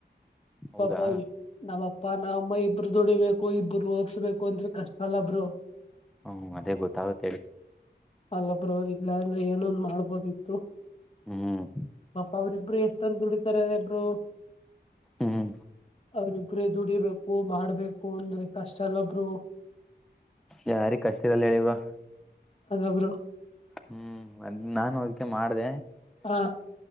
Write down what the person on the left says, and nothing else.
ಪಪನಾ
ನಾಮಪ್ಪ ಪ್ಪಾ ನಾವಮ್ಮ ಇಬ್ರು ದುಡಿಬೇಕು ಇಬರು ಓದಸ್ಬೇಕು ಅಂದ್ರೆ ಕಷ್ಟ ಅಲ್ಲಬ್ರು
ಅಲ್ಲೊಬ್ರ ಇಲ್ಲಾ ಅಂದ್ರೆ ಏನೊಂದ್ ಮಾಡ್ಬೋದಿತ್ತು.
ಪಾಪ ಅವರಿಿಬ್ರು ಎ. ತಂದ ದುಡಿತಾರೆ ಇಬ್ರು.
ಅವ್ರಿಬ್ಬರೇ ದುಡಿಬೇಕು ಮಾಡ್ಬೇಕು ಅಂದ್ರೆ ಕಷ್ಟ. ಎಲ್ಲೊಬ್ರು.
ಅದಬ್ರು.
ಹಾ